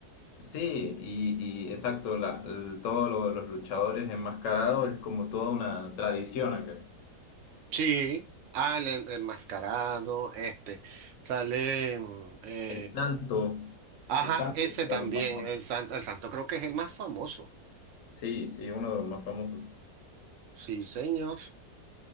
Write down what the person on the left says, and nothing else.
Sí, y, y exacto, la, el- todo lo de los luchadores enmascarados es como toda una tradición acá.
El santo,
el santo
es uno
de los más famosos.
Sí, sí, uno de los más famosos.